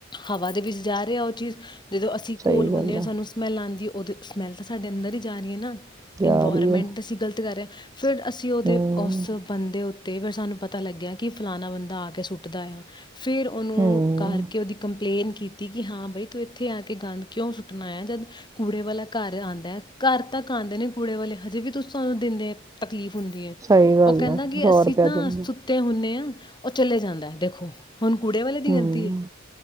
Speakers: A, on the left; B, on the right.
A: ਹਵਾ ਦੇ ਵਿੱਚ ਜਾ ਰਿਹਾ ਉਹ ਚੀਜ਼ ਜਦੋਂ ਅਸੀਂ
B: ਸਹੀ
A: ਘਲ
B: ਗੱਲ
A: ਹੁੰਦੇ ਹਾਂ
B: ਹੈ।
A: ਸਾਨੂੰ ਸਮੈਲ ਆਉਂਦੀ ਉਹਦੇ ਸਮੈੱਲ ਤਾਂ ਸਾਡੇ ਅੰਦਰ ਹੀ ਜਾ ਰਹੀ ਹੈ ਨਾ
B: ਜਾ
A: ਇਨਵਾਇਰਮੈਂਟ
B: ਰਹੀ ਹੈ,
A: ਅਸੀਂ ਗ਼ਲਤ ਕਰ ਰਹੇ ਹਾਂ ਫਿਰ ਅਸੀਂ ਉਹਦੇ
B: ਹੂੰ,
A: ਉਸ ਬੰਦੇ ਉੱ ਅਤੇ ਫਿਰ ਸਾਨੂੰ ਪਤਾ ਲੱਗਿਆ ਕਿ ਫਲਾਣਾ ਬੰਦਾ ਆ ਕੇ ਸੁੱਟਦਾ ਆ ਫਿਰ ਉਹਨੂੰ
B: ਹੂੰ।
A: ਕਰਕੇ ਉਹਦੀ ਕੰਪਲੇਂਨ ਕੀਤੀ ਕਿ ਹਾਂ ਬਈ ਤੂੰ ਇੱਥੇ ਆ ਕੇ ਗੰਦ ਕਿਉਂ ਸੁੱਟਣਾ ਹੈ ਜਦ ਕੂੜੇ ਵਾਲਾ ਘਰ ਆਉਂਦਾ ਘਰ ਤੱਕ ਆਉਂਦੇ ਨੇ ਕੂੜੇ ਵਾਲੇ ਹਜੇ ਵੀ ਤੁਸੀਂ ਤੁਹਾਨੂੰ ਦਿੰਦੇ ਤ ਤਕਲੀਫ਼ ਹੁੰਦੀ ਹੈ
B: ਸਹੀ ਗੱਲ
A: ਉਹ ਕਹਿੰਦਾ
B: ਆ
A: ਕਿ
B: ਸੌ
A: ਅਸੀਂ
B: ਰੁਪਇਆ
A: ਨਾ
B: ਦਿੰਦਾ
A: ਸੁੱਤੇ ਹੁੰਦੇ ਹਾਂ ਉਹ ਚਲੇ ਜਾਂਦਾ ਦੇਖੋ ਹੁਣ ਕੂੜੇ ਵਾਲੇ ਦੀ
B: ਹਮ
A: ਗਲਤੀ ਹੈ